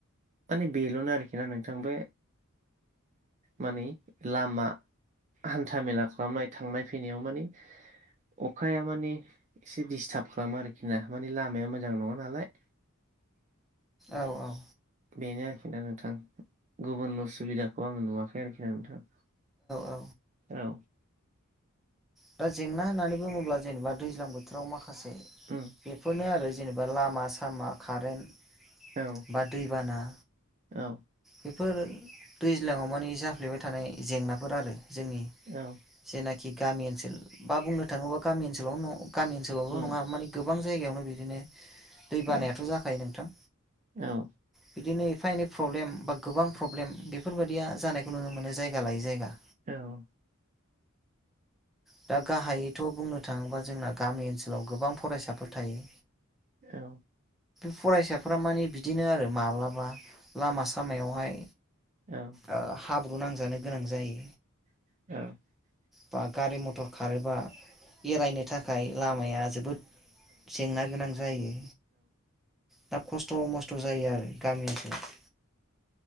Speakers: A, on the right; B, in the centre.
A: माने बेल'नो आरोखि ना नोंथां बे माने लामा हान्था मेला खालामनाय थांनाय फैनायाव माने अखाया माने एसे दिस्थार्ब खालामो आरोखि ना माने लामाया मोजां नङा नालाय
B: औ औ
A: बेनो आरोखि ना नोंथां गुबुन उसुबिदाखौ आङो नुवाखै आरोखि ना नोंथां
B: औ
A: औ
B: दा जेंना होननानै बुङोब्ला जेनेबा दैज्लां बोथोराव माखासे
A: उम
B: बेफोरनो आरो जेनेबा बा लामा सामा कारेन्ट
A: औ
B: बा दैबाना
A: औ
B: बेफोर दैज्लाङाव माने जाफ्लेबाय थानाय जेंनाफोर आरो जोंनि,
A: औ
B: जेना खि गामि ओनसोल। बा बुंनो थाङोबा गामि ओनसोल गामि ओनोलावल'
A: उम
B: नङा माने गोबां जायगायावनो बिदिनो दै
A: औ
B: बानायाथ' जाखायो नोंथां।
A: औ
B: बिदिनो, एफा एनै प्रब्लेम बा गोबां प्रब्लेम बेफोरबायदिया जानायखौ नुनो मोनो जायगा लायै जायगा।
A: औ।
B: दा गाहायैथ' बुंनो थाङोबा जोंना गामि ओनसोलाव गोबां फरायसाफोर थायो।
A: औ।
B: फरायसाफ्रा माने बिदिनो आरो माब्लाबा लामा सामायावहाय,
A: औ।
B: ओ हाब्रु नांजानो गोनां जायो।
A: <unintelligible>
B: बा गारि मथर खारोबा एरायनो थाखाय, लामाया जोबोद जेंना गोनां जायो। दा खस्थ' मस्थ' जायो आरो गामि <unintelligible>